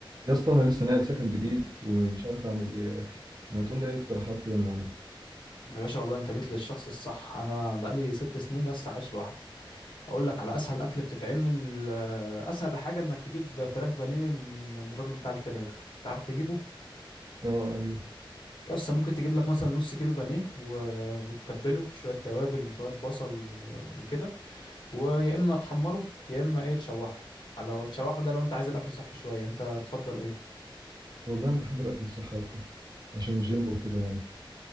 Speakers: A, on the right (about 50°); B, on the left (about 65°).
A: يا اسطى انا لسه ناقل سكن جديد ومش عارف اعمل ايه اكل ما تقول لي اي اقتراحات كده من عندك
B: يا باشا والله انت جيت للشخص الصح انا بقالي ست سنين يا اسطى عايش لوحدي اقول لك على اسهل اكل بتتعمل آه، اسهل حاجه انك تجيب فراخ بانيه من من الراجل بتاع الفراخ تعرف تجيبه
A: اه ايوه
B: يا اسطى ممكن تجيب لك مثلا نص كيلو بانيه و... وتتبله في شويه توابل وشويه بصل و... وكده ويا اما تحمره يا اما ايه تشوحه لو تشوحه ده لو انت عايز الاكل صحي شويه انت تفضل ايه
A: والله انا بحب الاكل الصحي اكتر عشان الجيم وكده يعني